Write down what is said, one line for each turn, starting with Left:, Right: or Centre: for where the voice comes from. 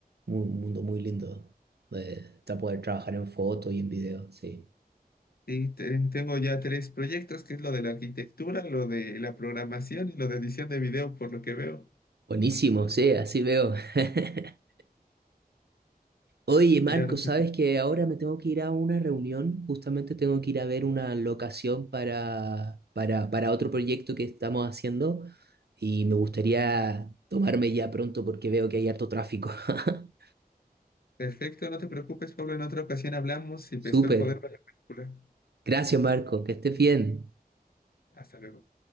Right: Mu- Un mundo muy lindo de para poder trabajar en foto y en video, sí.
Left: Y te- tengo ya tres proyectos, que es lo de la arquitectura, lo de la programación y lo de edición de video, por lo que veo.
Right: Buenísimo, sí, así veo. <laughs> Oye, Marco,
Left: Claro
Right: sabes
Left: que sí.
Right: que ahora me tengo que ir a una reunión, justamente tengo que ir a ver una locación para, para, para otro proyecto que estamos haciendo y me gustaría tomarme ya pronto porque veo que hay harto tráfico. <laughs>
Left: Perfecto, no te preocupes, Pablo. En otra ocasión hablamos y espero
Right: Súper.
Left: poder ver la película.
Right: Gracias, Marco, que estés bien.
Left: Hasta luego.